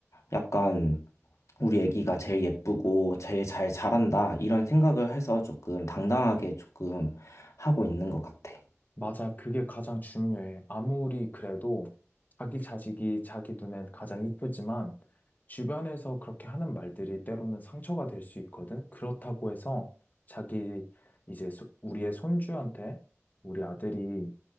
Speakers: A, on the left; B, on the left.
A: 약간 우리 애기가 제일 예쁘고 제일 잘 자란다 이런 생각을 해서 조금 당당하게 조금 하고 있는 것 같아.
B: 맞아. 그게 가장 중요해. 아무리 그래도 자기 자식이 자기 눈엔 가장 이쁘지만 주변에서 그렇게 하는 말들이 때로는 상처가 될 수 있거든. 그렇다고 해서 자기 이제 소- 우리의 손주한테 우리 아들이